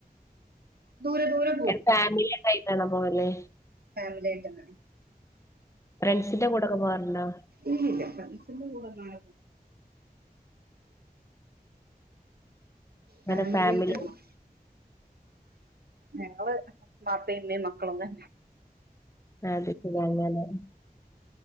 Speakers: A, on the right; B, on the left.
A: ദൂരെ ദൂരെ
B: എൻ ഫാമിലിയായിട്ടായിട്ടാണോ പോവല്
A: ഫാമിലിയായിട്ടാണ് ഉം
B: ഫ്രണ്ട്സിന്റെ കൂടൊക്കെ പോവാറ്ണ്ടോ
A: ഇല്ലില്ലില്ല ഫ്രണ്ട്സിന്റെ കൂടൊന്നുള <inaudible> <unintelligible>
B: അങ്ങനെ
A: ഫാമിലിയായ്ട്ടാ
B: ഫാമിലി
A: പോണെ ഞങ്ങള് ബാപ്പേമ്മേം മക്കളൊന്ന്
B: ആത് സുഖാണല്ലോല്ലേ